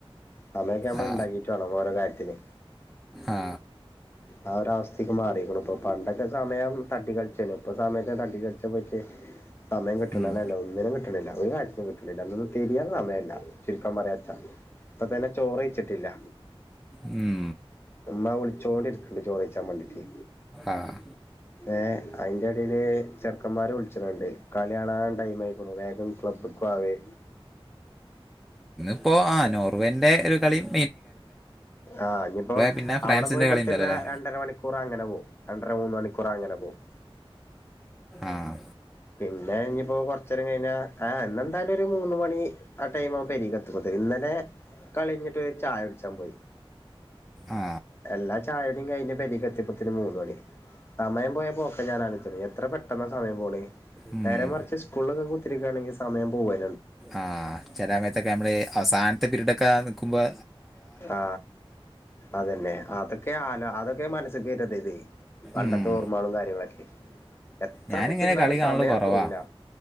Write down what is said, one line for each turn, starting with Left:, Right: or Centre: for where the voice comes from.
Left: സമയൊക്കെ നമ്മൾ
Centre: ആ
Left: ഉണ്ടാകീട്ട് വേണം ഓരോ കാര്യത്തിന്
Centre: ആ
Left: ആ ഒരു അവസ്ഥക്ക് മാറിയേക്കണ് ഇപ്പൊ പണ്ടൊക്കെ സമയം തട്ടി കളിച്ചേന്നു ഇപ്പൊ സമയത്തിനെ തട്ടി കളിച്ച പറ്റെ സമയം കിട്ടണില്ല
Centre: ഉം
Left: ഒന്നിനും കിട്ടണില്ല ഒരു കാര്യത്തിനും കിട്ടണില്ല നിന്ന് തിരിയാൻ സമയം ഇല്ല ചുരുക്കം <unintelligible> ഇപ്പതന്നെ ചോറ് കൈച്ചട്ടില്ല
Centre: ഉം
Left: ഉമ്മ വിളിച്ചോണ്ടിരിക്കണ് ചോറ് കഴിച്ചാൻ വേണ്ടിട്ട്
Centre: ആഹ്
Left: ഏഹ് അതിന്റെ എടയില് ചെക്കന്മാർ <unintelligible> കളി കാണാൻ ടൈം ആയിക്കണു വേഗം ക്ലബ്ബിക്ക് വാ വാവേ
Centre: ഇപ്പൊ ആ നോർവേൻ്റെ ഒരു കളിയും
Left: ആഹ് ഇനിപ്പോ
Centre: പിന്നെ ഫ്രാൻസിന്റെ
Left: അവടെ പോയി കുത്തിരുന്ന
Centre: കളി ഉണ്ടല്ലോ അല്ലേ
Left: രണ്ടര മണിക്കൂറ് അങ്ങനെ പോകും രണ്ട രണ്ടര മൂന്ന് മണിക്കൂർ അങ്ങനെ പോകും
Centre: ആഹ്
Left: പിന്നെ ഞ്ഞ്പ്പൊ കൊറച്ചേരം കഴിഞ്ഞാ ആ ഇന്ന് ന്തായാലും ഒര് മൂന്ന് മണി ആ ടൈമ്ആവും പേരിക്കെത്തുമ്പോത് ഇന്നലെ കളിയ്ഞ്ഞിട്ട് ഒര് ചായട്ച്ചാൻ പോയി
Centre: ആ
Left: എല്ലാ ചായുടീം കയിഞ് പെരീക്കെത്തിപ്പത്തിന് മൂന്നണി സമയം പോയ പോക്ക ഞാനാലോച്ച് ണേ എത്ര പെട്ടെന്നാ സമയം പോണേ
Centre: ഉം
Left: നേരെ മറിച്ച് സ്കൂളിലൊക്കെ കുത്തിരിക്കാണെങ്കി സമയം പോവാ
Centre: ആഹ് ചില സമയത്തൊക്കെ മ്മള് അവസാനത്തെ പിരീഡൊക്കെ നിക്കുമ്പം
Left: ആ അതന്നെ അതൊക്കെ ആല അതൊക്കെ മൻസ്സ്ക്ക് വര്ന്നതേ തേ പണ്ടത്തെ
Centre: ഉം
Left: ഓർമ്മകളും കാര്യങ്ങളൊക്കെ എത്ര
Centre: ഞാനിങ്ങനെ
Left: കുത്തിര്ന്നാലും
Centre: കളി കാണല്
Left: സമയ
Centre: കുറവാ
Left: പോവൂല